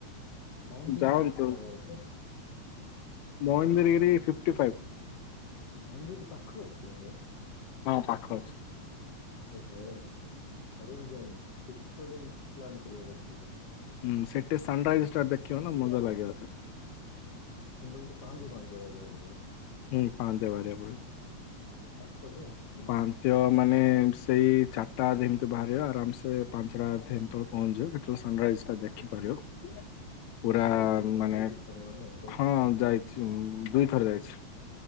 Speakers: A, on the left (about 55°); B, on the left (about 80°).
A: ମହେନ୍ଦ୍ରଙ୍କୁ
B: ଯାଆନ୍ତୁ
A: କେତେ ଦୂର ହବ ଅଛ?
B: Mahendra Giri fifty five.
A: ମହେନ୍ଦ୍ର ଗିରି ପାଖ ଅଛି <unintelligible>
B: ହଁ ପାଖ ଅଛି।
A: ଏହେ। ଥରେ ବି ଯାଇନି ସେ ଶୀତ ଦିନ ପ୍ଲାନ୍ କରିବାର ଅଛି।
B: ହୁଁ ସେଠି ସନ୍ ରାଇଜଷ୍ଟା ଦେଖିବ ନା ମଜା ଲାଗିବ।
A: ଚୁମଣ୍ଡଲ ତ ପାେ ପାେ ଆିଆ ବୁଡ଼ିବ <unintelligible>
B: ହୁଁ ପାହ୍ୱନ୍ତିଆ ବାହାରିବାକୁ ପଡିବ।
A: ପାଖଯେ ଆଉ।
B: ପାଞ୍ଚ ମାନେ ସେଇ ଚାରିଟା ଯେମିତି ବାହାରିବ ଆରାମସ ପାଞ୍ଚଟା ପହଞ୍ଚିବ ସେତେବେଳେ ସନରାଇଜ୍ ଟା ଦେଖିପାରିବ। ପୁରା
A: ଯାଇଛୁ ତମ
B: ମାନେ
A: ଯାଇଛୁ ଥରେ ହେଲେ ଯାଇଛୁ।
B: ହଁ ଯାଇଛି ଦୁଇଥର ଯାଇଛି।